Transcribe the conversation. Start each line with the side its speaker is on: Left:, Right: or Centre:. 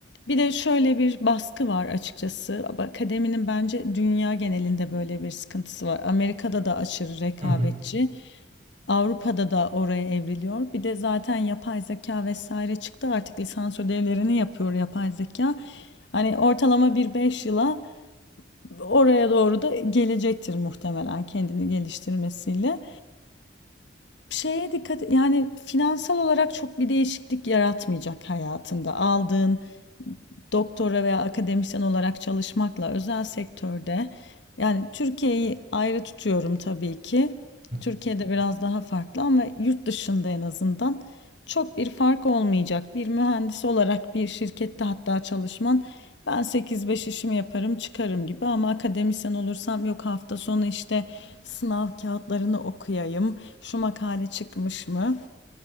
Left: Bir de şöyle bir baskı var açıkçası. Ab- Akademinin bence dünya genelinde böyle bir sıkıntısı var. Amerika'da da aşırı rekabetçi,
Right: hı, hı
Left: Avrupa'da da oraya evriliyor. Bir de zaten yapay zeka vesaire çıktı. Artık lisans ödevlerini yapıyor yapay zeka. Hani ortalama bir 5 yıla oraya doğru da gelecektir muhtemelen kendini geliştirmesiyle şeye dikkat yani finansal olarak çok bir değişiklik yaratmayacak hayatında aldığın doktora veya akademisyen olarak çalışmakla özel sektörde yani Türkiye'yi ayrı tutuyorum tabii ki.
Right: hı.
Left: Türkiye'de biraz daha farklı ama yurt dışında en azından çok bir fark olmayacak. Bir mühendis olarak bir şirkette hatta çalışman ben sekiz beş işimi yaparım çıkarım gibi ama akademisyen olursam yok hafta sonu işte sınav kağıtlarını okuyayım, şu makale çıkmış mı